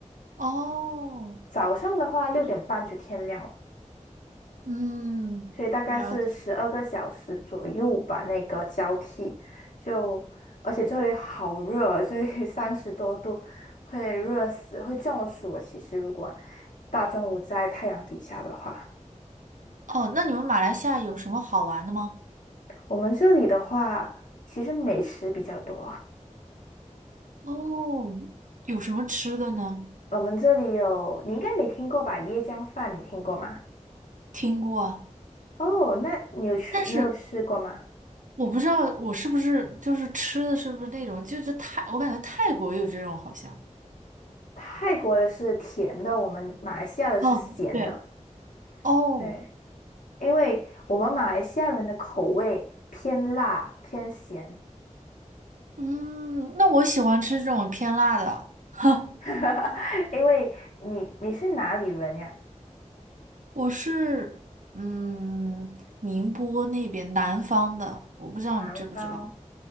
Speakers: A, on the right; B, on the left.
A: 哦，
B: 早上的话六点半就天亮了。
A: 嗯，
B: 所以大概是十二个小时左右吧，
A: 了解。
B: 那个交替就，而且这里好热，这里 <laughs> 三十多度，会热死，会中暑的其实如果大中午在太阳底下的话，
A: 哦，那你们马来西亚有什么好玩的吗？
B: 我们这里的话，其实美食比较多。
A: 哦，有什么吃的呢？
B: <laughs> 我们这里有，你应该没听过吧？椰浆饭你听过吗？
A: 听过啊
B: 哦，那你有吃，
A: 但是
B: 你有吃过吗？
A: 我不知道我是不是就是吃的是不是那种，就是泰，我感觉泰国有这种好像。
B: 泰国的是甜的，我们马来西亚的是咸的。
A: 哦，对，哦，
B: 对。因为我们马来西亚人的口味偏辣偏咸，
A: 嗯，那我喜欢吃这种偏辣的。<laughs>
B: <laughs> 因为你你是哪里人呀？
A: 我是嗯宁波那边南方的，我不知道你知不知道。
B: 南方，